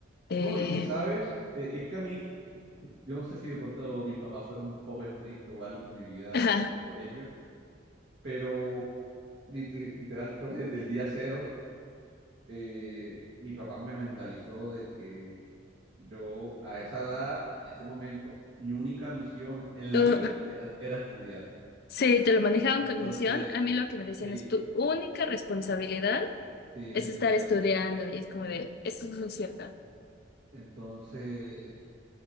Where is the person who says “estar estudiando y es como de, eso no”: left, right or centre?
Left